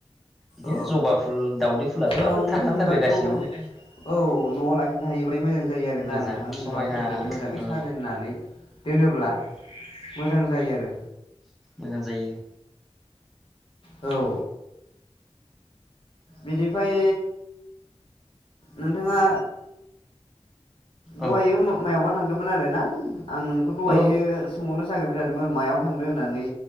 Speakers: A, in the centre; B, on the left (about 55°).
A: बिदिनो
B: औ
A: जबा फुल दाावदै फुलाथ'
B: आं
A: आरो थाखाथारो
B: बिबारखौ
A: गासिनावबो
B: औ न'आव लाखिनो हायोब्लाय मोजां जायो आरोना
A: मोजां
B: नोंथां
A: समायना
B: बिबारफोरखौ मोजाङै
A: उम
B: साजायनानै दोनोब्ला मोजां जायो आरो
A: मोजां जायो
B: औ बेनिफ्राय नोंथाङा
A: औ
B: दाहायो मायावबा थांदोंमोन आरो ना आं नोंखौ दहायो
A: औ
B: सोंहरनो नागिरबाय थादोंमोन मायाव थांदों होननानै